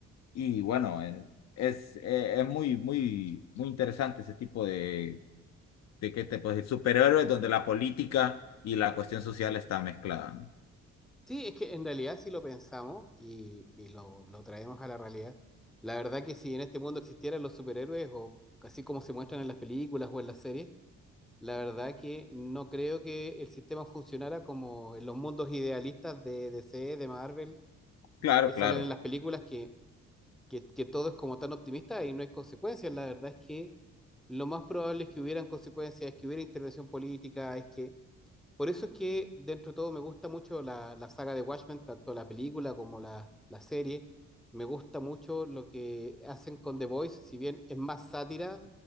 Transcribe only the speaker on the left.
Y bueno, eh, es, eh, es muy, muy, muy interesante ese tipo de, de ¿qué te puedo decir? Superhéroes donde la política y la cuestión social está mezclada, ¿no?
Claro,
claro.